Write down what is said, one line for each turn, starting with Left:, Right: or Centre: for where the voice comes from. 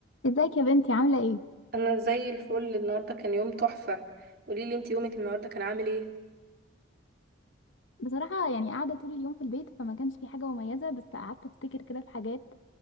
Left: ازيك يا بنتي عاملة ايه؟
Right: انا زي الفل النهارده كان يوم تحفه قولي لي انت يومك النهارده كان عامل ايه
Left: بصراحة يعني قاعدة طول اليوم في البيت فما كانش في حاجة مميزة بس قعدت افتكر كده في حاجات